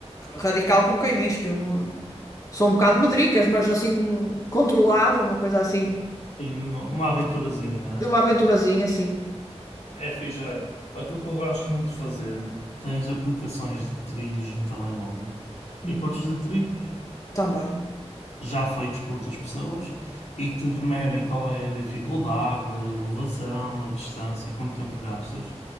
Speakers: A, on the left; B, on the left.
A: radical, como quem diz, que eu não sou um bocado medricas, mas assim controlado, uma coisa assim,
B: E uma, uma aventurazinha, não é?
A: de uma aventurazinha assim.
B: É fixe. olha, Aquilo que eu gosto muito de fazer, tens aplicações de trilhos no telemóvel
A: Uhum.
B: e podes fazer trilhos
A: Também.
B: já feitos por outras pessoas e que te medem qual é a dificuldade, a elevação, a distância e quanto tempo gastas.